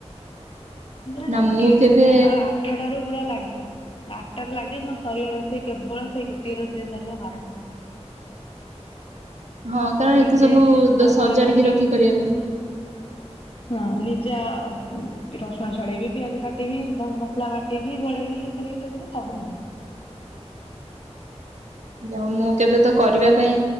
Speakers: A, on the left (about 50°); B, on the right (about 80°).
A: ପୁରା
B: ନା
A: ଲାଗିବି
B: ମୁଁ କେବେ
A: ପୁରା ସକାଳ ଆଠଟାରୁ ପୁରା ଲାଗିବି। ଆଠଟାରେ ଲାଗେ ମୋର ସରିବ ରୋଷେଇ କେବଳ ସେଇ ଗୋଟେ ରୋଷେଇ ସରିବ ବାରଟା ସାଢେ ବା
B: ହଁ କାରଣ
A: ନିଜେ
B: ଏତେ ସବୁ
A: ମସଲା
B: ସଜାଡିକି
A: ବାଟିବି।
B: ରଖି କରିବା ପାଇଁ
A: ହଁ ହଁ ନିଜ ରସୁଣ ଛଡେଇବି, ପିଆଜ କାଟିବି, ମସଲା ବା ଟିବି ଗୋଳେଇ ଏଇ କରିବି ସିଏ କରିବି ସବୁ ନିଜେ।
B: ଯଉ ମୁଁ କେବେ ତ କରିବା ପାଇଁ।